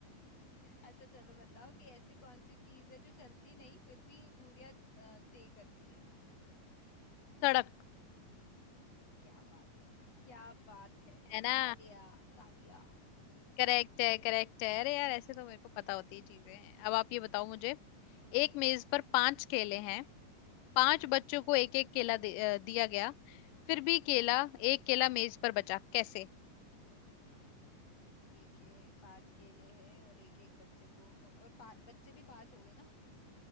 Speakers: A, on the left; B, on the left.
A: अच्छा चलो बताओ कि ऐसी कौन सी चीज है जो चलती नहीं फिर भी दूरियां अ, तय करती है
B: सड़क
A: क्या बात है क्या बात है
B: है ना
A: तालिया तालिया
B: करेक्ट है करेक्ट है अरे यार ऐसे तो मेरे को पता होती ही चीजें हैं अब आप ये बताओ मुझे
A: हम्म
B: एक मेज पर पांच केले हैं
A: हम्म
B: पांच बच्चों को एक एक केला दे- अ, दिया गया
A: हम्म
B: फिर भी केला एक केला मेज पर बचा कैसे
A: ठीक है पांच केले हैं और एक एक बच्चे को मत और पा, बच्चे भी पांच हो गए ना